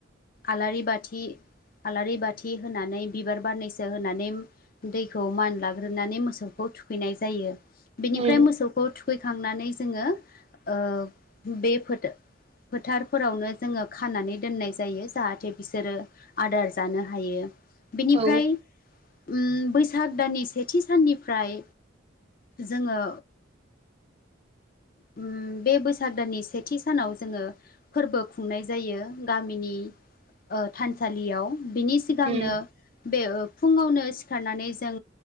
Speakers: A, on the left; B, on the right.
A: आलारि बाथि आलारि बाथि होनानै बिबार बारनैसो होनानै दैखौ मान लाग्रोनानै मोसौखौ थुखैनाय जायो बेनिफ्राय
B: उम
A: मोसौखौ थुखै खांनानै जोङो ओ बे फोथा फोथारफोरावनो जोङो खानानै दोननाय जायो जाहाथे बिसोरो आदार जानो हायो। बेनिफ्राय
B: औ
A: उम बैसाग दाननि सेथि साननिफ्राय जोङो उम। बे बैसाग दाननि सेथि सानाव जोङो फोरबो खुंनाय जायो गामिनि ओ थानसालियाव बिनि सिगांनो
B: उम
A: बे फुङावनो सिखारनानै जों